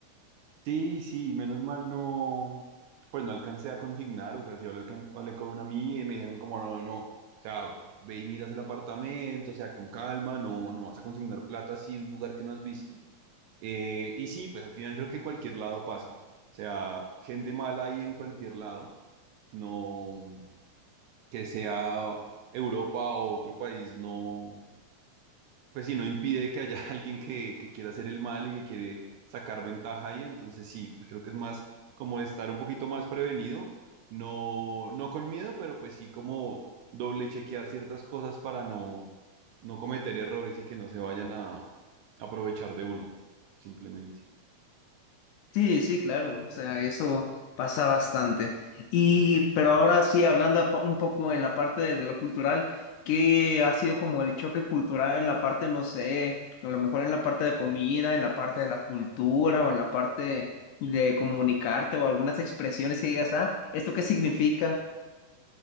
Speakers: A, on the right (about 80°); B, on the left (about 80°).
A: Sí, sí, menos mal no, pues no alcancé a consignar, o sea, sí hablé, alcan- hablé con una amiga y me dijeron como, no, no, no, o sea, ve y miras el apartamento, o sea, con calma, no, no vas a consignar plata así en un lugar que no has visto. Eh, y sí, pues al final creo que en cualquier lado pasa, o sea, gente mala ahí en cualquier lado, no, que sea Europa o otro país, no, pues sí, no impide que haya <laughs> alguien que, que quiera hacer el mal y que quiere sacar ventaja ahí, entonces sí, pues creo que es más como estar un poquito más prevenido, no, no con miedo, pero pues sí como doble chequear ciertas cosas para no, no cometer errores y que no se vayan a aprovechar de uno, simplemente.
B: Sí, sí, claro, o sea, eso pasa bastante. Y, pero ahora sí, hablando po- un poco en la parte de, de lo cultural, ¿qué ha sido como el choque cultural en la parte, no sé, a lo mejor en la parte de comida, en la parte de la cultura o en la parte de comunicarte o algunas expresiones que digas, ah, ¿esto qué significa?